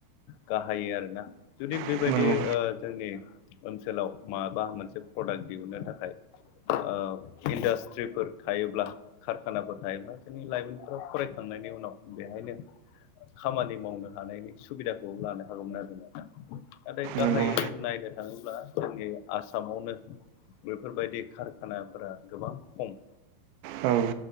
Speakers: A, on the left; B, on the right.
A: गाहायो आरोना जुदि बेबायदि
B: नंगौ
A: ओ जोंनि ओनसोलाव माबा मोनसे प्रडाक्ट दिहुनन्नो थाखाय ओ इन्डास्ट्रिफोर थायोब्ला खारखानाफोर थायोब्ला जोंनि लाइमोनफोरा फरायखांनायनि उनाव बेहायनो खामानि मावनो हानायनि सुबिदाखौ लानो हागौमोन आरो ना नाथाय गाहायै
B: नंगौ
A: जों नायनो थाङोब्ला जोंनि आसामावनो बेफोरबायदि कारखानाफोरा गोबां खम
B: औ